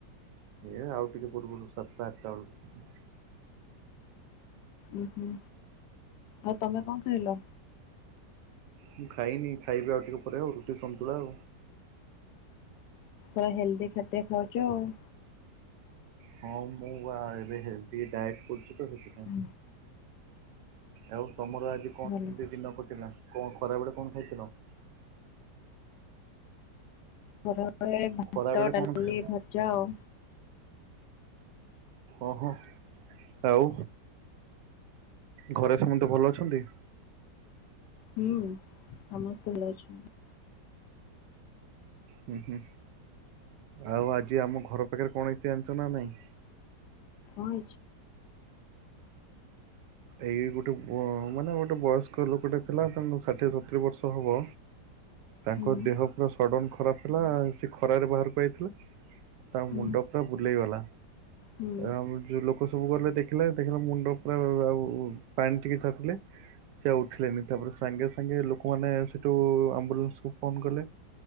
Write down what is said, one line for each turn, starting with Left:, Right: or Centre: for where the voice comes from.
Right: ଏ ଆଉ ଟିକେ ପୂର୍ବରୁ ସାତଟା ଆଠଟା ବେଳୁ।
Left: ଉୁ ହୁଁ ଆଉ ତମେ କଁ ଖାଇଲ।
Right: ମୁଁ ଖାଇନି ଖାଇବି ଆଉ ଟିକେ ପରେ ଆଉ ରୁଟି ସନ୍ତୁଳା ଆଉ।
Left: ହୁଁ ହେଲ୍ଦି ଖାଦ୍ୟ ଖାଉଛ ଆଉ।
Right: ହଁ ମୁଁ ବା ଏବେ ହେଲ୍ଦି ଡାଏଟ କରୁଛି ତ ସେଥିପାଇଁ।
Left: ହୁଁ।
Right: ଆଉ ତମର ଆଜି କଣ
Left: ଭଲ
Right: କେମିତି ଦିନ କଟିଲା କଣ ଖରା ବେଳେ କଣ ଖାଇଥିଲ।
Left: ଖରା ବେଳେ ଭାତ
Right: ଖରା ବେଳେ କଣ
Left: ଡାଲି
Right: ଖାଇ
Left: ଭଜା ଆଉ।
Right: ଅ ହୋ ଆଉ। ଘରେ ସମତେ ଭଲ ଅଛନ୍ତି।
Left: ହୁଁ ସମସ୍ତେ ଭଲ ଅଛନ୍ତି।
Right: ହୁଁ ହୁଁ ଆଉ ଆଜି ଆମ ଘର ପାଖରେ କଣ ହେଇଛି ଯାଣିଛ ନା ନାଇଁ।
Left: କଁ ହେଇଛି?
Right: ଏଇ ଗୋଟେ ବ ମାନେ ଗୋଟେ ବୟସ୍କ ଲୋକଟେ ଥିଲା ତ ଷାଠିଏ ସତୁରି ବର୍ଷ ହବ। ତାଙ୍କ
Left: ହୁଁ
Right: ଦେହ ପୁରା ସଡନ ଖରାପ ଥିଲା ସେ ଖରାରେ ବାହାରକୁ ଆଇଥିଲେ। ତା ମୁଣ୍ଡ
Left: ହୁଁ
Right: ପୁରା ବୁଲେଇଗଲା
Left: ହୁଁ
Right: ଆମ ଯୋଉ ଲୋକ ଲୋକ ସବୁ ଗଲେ ଦେଖିଲେ ଦେଖିଲେ ମୁଣ୍ଡ ପୁରା ଆଉ ପାଣି ଟିକେ ଛାଟିଲେ। ସେ ଆଉ ଉଠିଲେନି ତାପରେ ସାଙ୍ଗେ ସାଙ୍ଗେ ଲୋକମାନେ ସେଠୁ ଆମ୍ବୁଲାନ୍ସ କୁ ଫୋନ କଲେ।